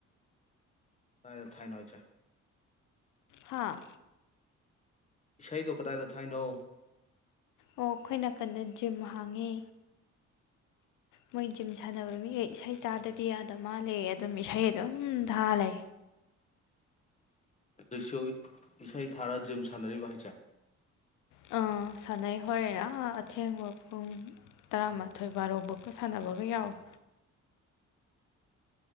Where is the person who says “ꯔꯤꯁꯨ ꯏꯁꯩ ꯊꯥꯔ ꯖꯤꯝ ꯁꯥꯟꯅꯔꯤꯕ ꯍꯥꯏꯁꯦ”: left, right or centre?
Left